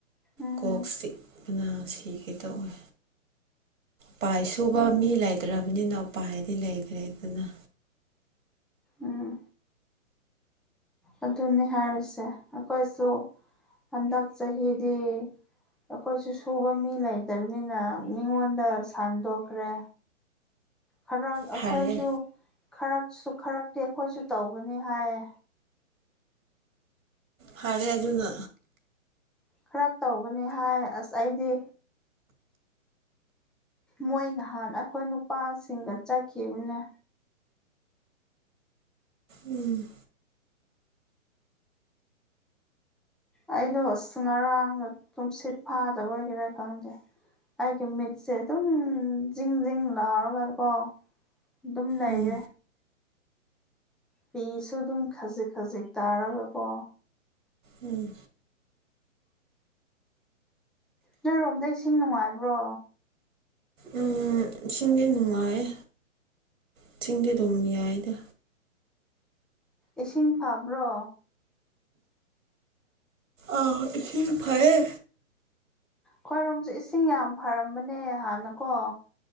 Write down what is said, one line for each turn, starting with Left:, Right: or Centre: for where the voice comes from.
Centre: ꯎꯝ
Right: ꯀꯣꯛ ꯆꯤꯛꯛꯄꯅ ꯁꯤꯒ‌ꯦ ꯇꯧꯋꯦ ꯄꯥꯏ ꯁꯨꯕ
Centre: ꯎꯝ
Right: ꯃꯤ ꯂꯩꯇ꯭ꯔꯕꯅꯤꯅ ꯎꯄꯥꯏꯗꯤ ꯂꯩꯇꯔꯦ ꯗꯅ
Centre: ꯎꯝ ꯑꯗꯨꯅꯤ ꯍꯥꯏꯔꯤꯁꯦ ꯑꯈꯣꯏꯁꯨ ꯍꯟꯗꯛ ꯆꯍꯤꯗꯤ ꯑꯈꯣꯏꯁꯨ ꯁꯨꯕ ꯃꯤ ꯂꯩꯇꯕꯅꯤꯅ ꯃꯤꯉꯣꯟꯗ ꯁꯥꯟꯗꯣꯛꯈ꯭ꯔꯦ ꯈꯔ
Right: ꯐꯔꯦ
Centre: ꯑꯈꯣꯏꯁꯨ ꯈꯔ ꯈꯔꯛꯇꯤ ꯑꯩꯈꯣꯏꯁꯨ ꯇꯧꯒꯅꯤ ꯍꯥꯏꯌꯦ
Right: ꯐꯔꯦ ꯑꯗꯨꯅ
Centre: ꯈꯔ ꯇꯧꯒꯅꯤ ꯍꯥꯏ ꯑꯁ ꯑꯩꯗꯤ ꯃꯣꯏ ꯅꯍꯥꯟ ꯑꯈꯣꯏ ꯅꯨꯄꯥꯁꯤꯡꯒ ꯆꯠꯈꯤꯕꯅꯦ
Right: ꯎꯝ
Centre: ꯑꯩꯗꯣ ꯉꯔꯥꯡꯒ ꯇꯨꯝꯁꯤꯠ ꯐꯥꯗꯕꯒꯤꯔꯥ ꯈꯪꯗꯦ ꯑꯩꯒꯤ ꯃꯤꯠꯁꯦ ꯑꯗꯨꯝ ꯖꯤꯡ ꯖꯤꯡ ꯂꯥꯎꯔꯒꯀꯣ ꯑꯗꯨꯝ ꯂꯩꯔꯦ
Right: ꯎꯝ
Centre: ꯄꯤꯁꯨ ꯑꯗꯨꯝ ꯈꯖꯤꯛ ꯈꯖꯤꯛ ꯇꯥꯔꯒꯀꯣ
Right: ꯎꯝ
Centre: ꯅꯣꯏꯔꯣꯝꯗ ꯏꯁꯤꯡ ꯅꯨꯡꯉꯥꯏꯕ꯭ꯔꯣ
Right: ꯎꯝ ꯏꯁꯤꯡꯗꯤ ꯅꯨꯡꯉꯥꯏ ꯏꯁꯤꯡꯗꯤ ꯑꯗꯨꯝ ꯌꯥꯏꯗꯥ
Centre: ꯏꯁꯤꯡ ꯐꯕ꯭ꯔꯣ
Right: ꯑꯧ ꯏꯁꯤꯡ ꯐꯩꯌ‌ꯦ
Centre: ꯈꯣꯏꯔꯣꯝꯖꯨ ꯏꯁꯤꯡ ꯌꯥꯝ ꯐꯔꯝꯕꯅꯦ ꯍꯥꯟꯅꯀꯣ